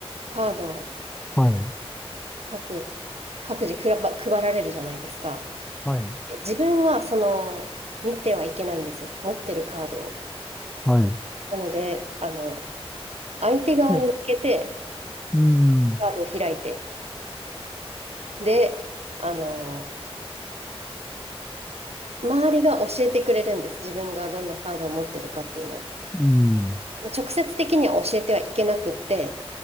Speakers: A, on the right; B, in the centre.
A: カードを
B: はい。
A: 各、各自くらば配られるじゃないですか。
B: はい。
A: で自分は、その、見てはいけないんですよ。持ってるカードを。
B: はい。
A: なので、あの、相手側に向けて、
B: お、うん。
A: カードを開いて。で、あの、周りが教えてくれるんです。自分がどんなカードを持ってるかっていうのを。
B: うん。
A: 直接的には教えてはいけなくって、